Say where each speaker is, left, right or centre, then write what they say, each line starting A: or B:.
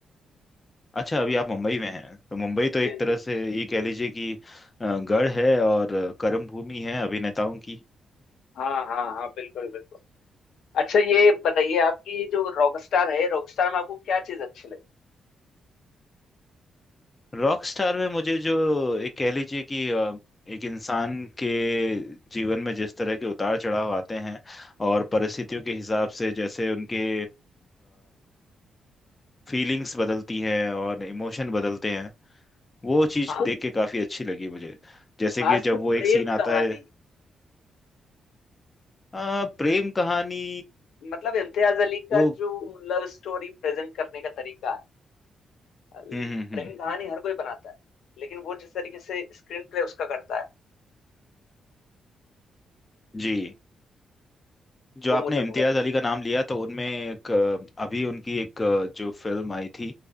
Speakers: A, on the left; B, on the left.
A: अच्छा अभी आप मुंबई में हैं तो मुंबई
B: हूँ
A: तो
B: जी
A: एक तरह
B: जी
A: से ये कह लीजिए कि अ, गढ़ है और कर्म भूमि है अभिनेताओं की
B: हाँ हाँ हाँ बिल्कुल बिल्कुल अच्छा ये बताइए आपकी ये जो रॉकस्टार है रॉकस्टार में आपको क्या चीज अच्छी लगी
A: रॉक स्टार में मुझे जो एक कह लीजिए कि अ, एक इंसान के जीवन में जिस तरह के उतार चढ़ाव आते हैं और परिस्थितियों के हिसाब से जैसे उनके फीलिंग्स बदलती हैं और इमोशन बदलते हैं वो चीज़
B: हाँ
A: देख के काफ़ी अच्छी लगी मुझे जैसे
B: खासकर
A: कि जब वो एक
B: प्रेम
A: सीन आता
B: कहानी
A: है अ, प्रेम कहानी
B: मतलब इम्तियाज अली का
A: वो
B: जो लव स्टोरी प्रेजेंट करने का तरीका है प्रेम
A: हम्म हम्म हम्म
B: कहानी हर कोई बनाता है लेकिन वो जिस तरीके से स्क्रीन प्ले उसका करता है
A: जी जो
B: वो
A: आपने
B: मुझे
A: इम्तियाज
B: बहुत पसंद
A: अली का नाम
B: है
A: लिया तो उनमें एक अ, अभी उनकी एक अ, जो फिल्म आई थी